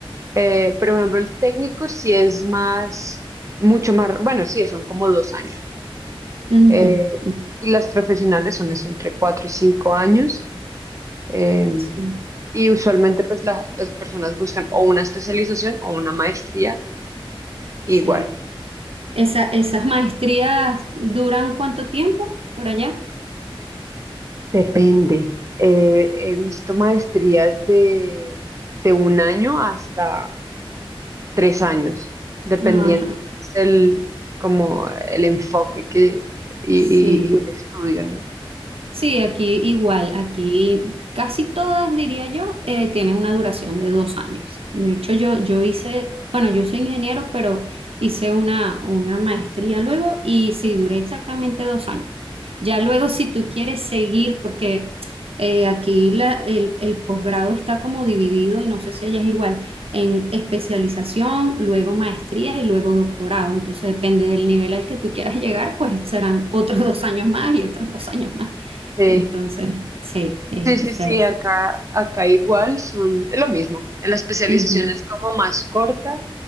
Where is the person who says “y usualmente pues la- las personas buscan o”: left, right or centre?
Right